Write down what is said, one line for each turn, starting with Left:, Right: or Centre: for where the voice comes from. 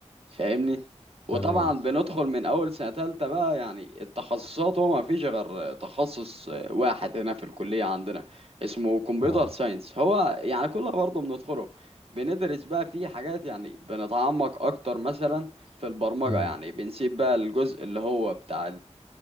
Right: فاهمني وطبعا
Left: تمام
Right: بندخل من اول سنه تالتة بقى يعني التخصصات هو ما فيش غير تخصص واحد هنا في الكليه عندنا اسمه كمبيوتر
Left: اه
Right: ساينس هو يعني كله برضه بندخله بندرس بقى فيه حاجات يعني بنتعمق اكتر مثلا في البرمجه
Left: امم
Right: يعني بنسيب بقى الجزء اللي هو بتاع